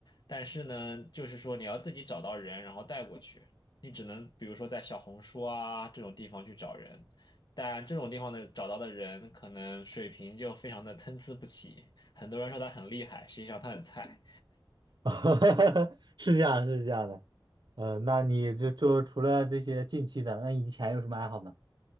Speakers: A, on the left; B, on the right.
A: 但是呢，就是说你要自己找到人，然后带过去，你只能比如说在小红书啊这种地方去找人。但这种地方的找到的人，可能水平就非常的参差不齐。很多人说他很厉害，实际上他很菜。
B: <laughs> 是这样，是这样的。呃，那你就就除了这些近期的，那以前有什么爱好呢？